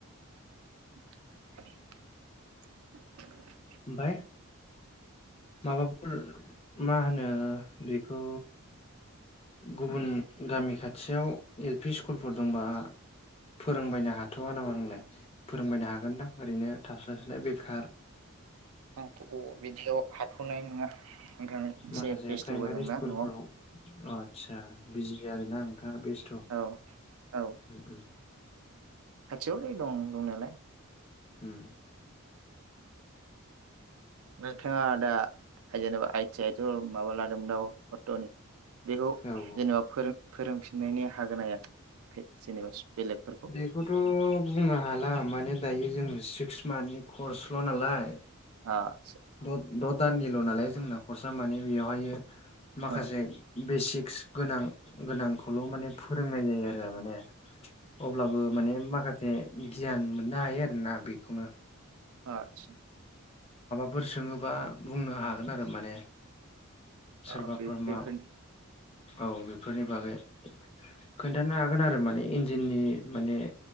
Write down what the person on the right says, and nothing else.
<inaudible>
आंथ बिदियाव हाथनाय नङा नोंथां एसे
बेस्थ'बो
दंना
न'आव
औ औ
खाथियावलाय दं दंनायालाय
नोंथाङा दा जेनेबा आइ टि आइ थ माबा लादोंमोन दा हतनि बेखौ
जेनेबा फोरों फोरोंफिननायनि हागोन ना हाया जेनेबा बेलेगफोरखौ
आ
आदसा
आतसा
आ बे फे
फोरनि